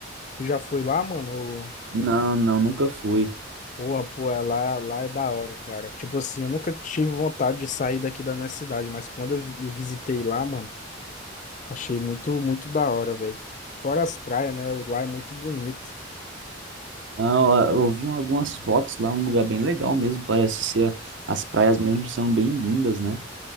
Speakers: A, on the left; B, on the right.
A: Tu já foi lá, mano? Ou-
B: Não, não, nunca fui.
A: Pô, pô, é lá, lá é da hora, cara. Tipo assim, eu nunca tive vontade de sair daqui da minha cidade, mas quando eu vi- visitei lá, mano, achei muito, muito da hora, velho. Fora as praias, né? Lá é muito bonito.
B: Não, a- eu vi algumas fotos lá, um lugar bem legal mesmo. Parece ser as praias mesmo são bem lindas, né?